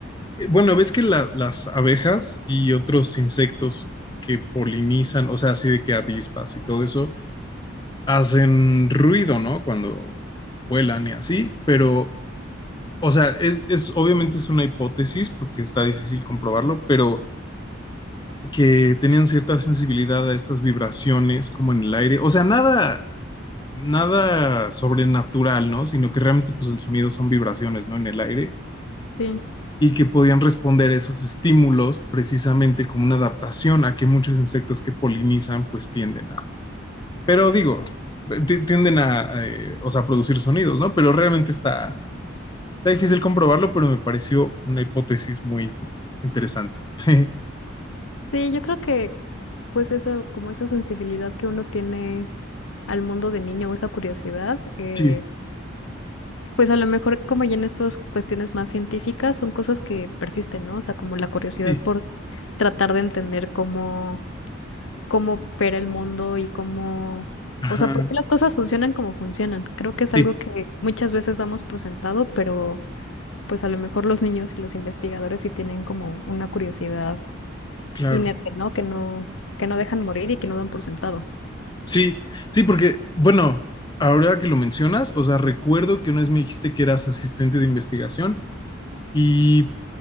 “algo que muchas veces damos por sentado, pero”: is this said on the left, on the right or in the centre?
Left